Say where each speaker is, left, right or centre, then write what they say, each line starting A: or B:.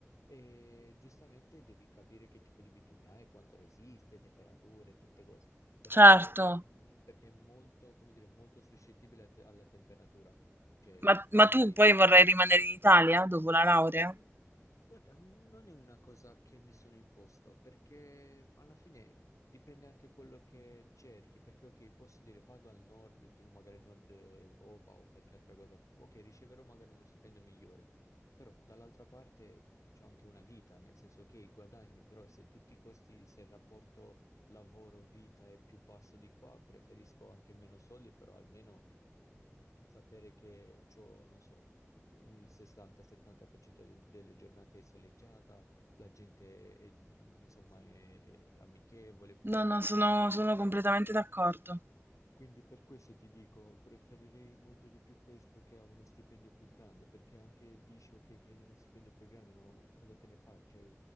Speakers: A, on the left; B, on the right.
A: E giustamente devi capire che tipo di bitume hai, quanto resiste, temperature, tutte cose. Perché
B: Certo.
A: è, mh, perché è molto, come dire, molto suscettibile a te- alla temperatura. Cioè,
B: Ma, ma
A: quindi,
B: tu poi vorrai rimanere in Italia dopo la laurea?
A: mh, guarda, non è una cosa che mi sono imposto, perché alla fine dipende anche quello che cerchi, perché ok, posso dire vado al nord, tipo magari nord Europa o qualche altra cosa, ok, riceverò magari uno stipendio migliore, però dall'altra parte c'è anche una vita, nel senso che il guadagno, però se tutti i costi, se il rapporto lavoro-vita è più basso di qua, preferisco anche meno soldi, però almeno mh, sapere che ho, non so, mh, il 60-70% de- delle giornate è soleggiata, la gente è, mh, insomma, è amichevole, posso
B: No, no,
A: andare
B: sono,
A: a prendere un
B: sono
A: caffè.
B: completamente d'accordo.
A: Quindi per questo ti dico, preferirei molto di più questo che a uno stipendio più grande, perché anche dici ok, prendo uno stipendio più grande, ma cosa te ne fai? Cioè,